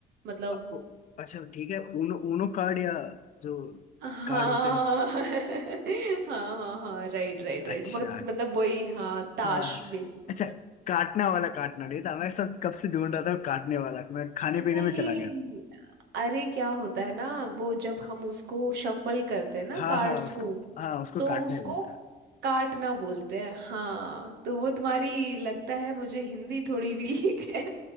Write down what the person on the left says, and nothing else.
आपको अच्छा ठीक है ऊनो ऊनो कार्ड या जो
कार्ड होते हैं
अच्छा
हाँ
अच्छा काटना वाला काटना नहीं था मैं सब कब से ढूंढ रहा था काटने वाला मैं खाने पीने
में चला गया
था।
हाँ
हाँ उसको
हाँ उसको
काटने
बोलते हैं